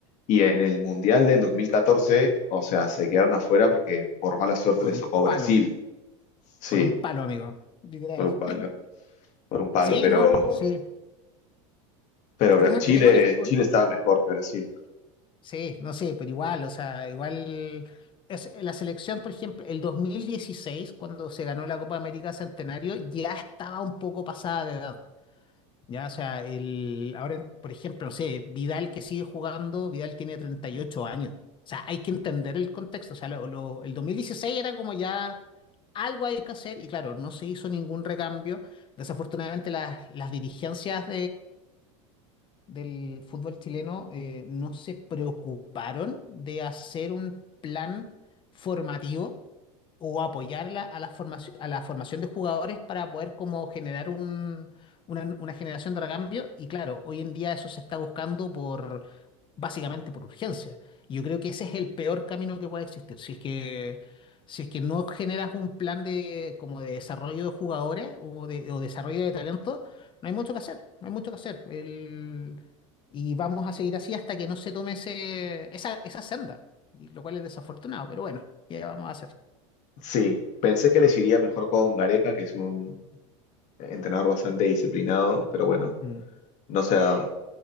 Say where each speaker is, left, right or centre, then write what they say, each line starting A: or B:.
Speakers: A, on the left (about 45°); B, on the left (about 30°).
A: y en el Mundial del 2014, o sea, se quedaron afuera porque por mala suerte
B: por
A: les
B: un
A: tocó Brasil.
B: palo,
A: Sí,
B: por un palo, amigo. Literal.
A: por un palo, por un palo,
B: Sí,
A: pero,
B: no, sí.
A: pero Bra-
B: Yo tengo,
A: Chile,
B: yo tengo un, hist- un-
A: Chile estaba mejor que Brasil.
B: Sí, no sé, pero igual, o sea, igual... Es, la selección, por ejemplo, el 2016 cuando se ganó la Copa América Centenario, ya estaba un poco pasada de edad. Ya, o sea, el, ahora, por ejemplo, no sé, Vidal que sigue jugando, Vidal tiene 38 años. O sea, hay que entender el contexto. O sea, lo- lo- el 2016 era como ya algo hay que hacer y claro, no se hizo ningún recambio. Desafortunadamente las, las dirigencias del fútbol chileno eh, no se preocuparon de hacer un plan formativo o apoyarla a la formación, a la formación de jugadores para poder como generar un, una, una generación de recambio. Y claro, hoy en día eso se está buscando por básicamente por urgencia. Y yo creo que ese es el peor camino que puede existir. Si es que, si es que no generas un plan de, como de desarrollo de jugadores o, de, o desarrollo de talento, no hay mucho que hacer, no hay mucho que hacer. El- y vamos a seguir así hasta que no se tome ese, esa, esa senda, y lo cual es desafortunado, pero bueno, ¿qué vamos a hacer?
A: Sí, pensé que les iría mejor con Gareca, que es un entrenador bastante disciplinado, pero bueno,
B: Mm.
A: no se ha dado.